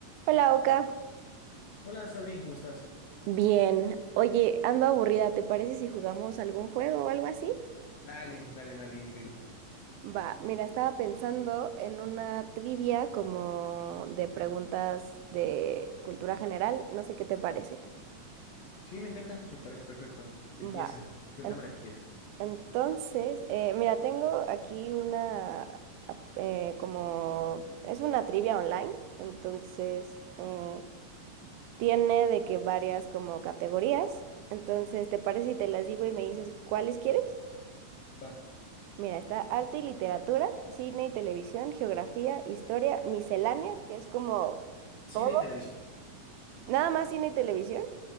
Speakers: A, on the right; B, on the left.
A: Hola, Oka.
B: Hola Sabrina, ¿cómo estás?
A: Bien. Oye, ando aburrida. ¿Te parece si jugamos algún juego o algo así?
B: Dale, dale, dale, increíble.
A: Va, mira, estaba pensando en una trivia como de preguntas de cultura general. No sé qué te parece.
B: Sí, me encanta, me parece perfecto. Empieza,
A: Va.
B: suéltame
A: En-
B: la que quieras.
A: Entonces, eh, mira, tengo aquí una ap- eh, como es una trivia online, entonces eh, tiene de que varias como categorías. Entonces, ¿te parece si te las digo y me dices cuáles quieres?
B: Va,
A: Mira, está arte y literatura, cine y televisión, geografía, historia, miscelánea, que es como
B: cine
A: todo.
B: y televisión.
A: Nada más cine y televisión.